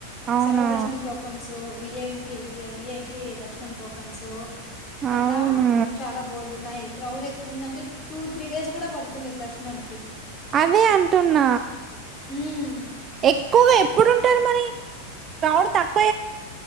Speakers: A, on the right; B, on the left.
A: అవునా
B: సర్వదర్శనం టోకన్సూ విఎంపి విఐపి దర్శనం టోకన్సు అట్లా
A: అవును
B: చాలా బోల్డున్నాయి క్రౌడ్ ఎక్కువ ఉదంటే టూ త్రీ డేస్ గుడా పడుతుంది దర్శనాన్కి
A: అదే అంటున్న
B: మ్మ్.
A: ఎక్కువ ఎప్పుడుంటరు మరి క్రౌడ్ తక్